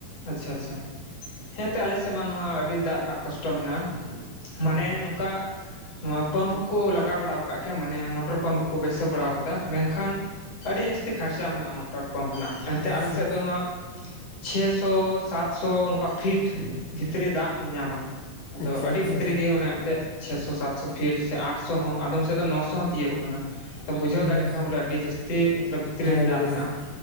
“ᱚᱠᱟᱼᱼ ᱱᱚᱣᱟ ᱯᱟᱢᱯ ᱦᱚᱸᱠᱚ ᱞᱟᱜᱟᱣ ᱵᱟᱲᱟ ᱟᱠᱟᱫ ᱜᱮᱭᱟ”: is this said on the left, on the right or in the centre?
Left